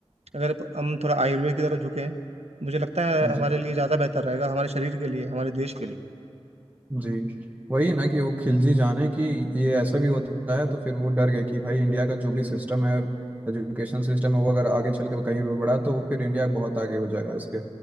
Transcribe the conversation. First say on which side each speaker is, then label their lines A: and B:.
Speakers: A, on the right; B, on the right.
A: अगर हम थोड़ा आयुर्वेद की तरफ झुकें मुझे लगता है
B: बत,
A: हमारे लिए ज़्यादा बेहतर रहेगा हमारे शरीर के लिए हमारे देश के लिए
B: जी वही है ना कि वो खिलजी जाने कि ये ऐसा भी होता है तो फिर वो डर गए कि भाई इंडिया का जो भी सिस्टम है एजुकेशन सिस्टम है वो अगर आगे चल के कहीं भी बढ़ा तो वो फिर इंडिया बहुत आगे हो जाएगा इसके